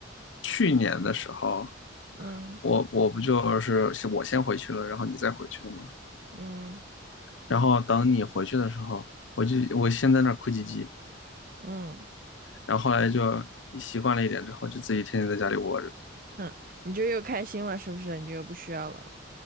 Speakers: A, on the left; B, on the right.
A: 去年的时候，
B: 嗯
A: 我我不就是是我先回去了，然后你再回去了吗？
B: 嗯
A: 然后等你回去的时候，我就我先在那儿哭唧唧，
B: 嗯
A: 然后后来就习惯了一点之后，就自己天天在家里窝着。
B: 嗯，你就又开心了，是不是？你就又不需要了。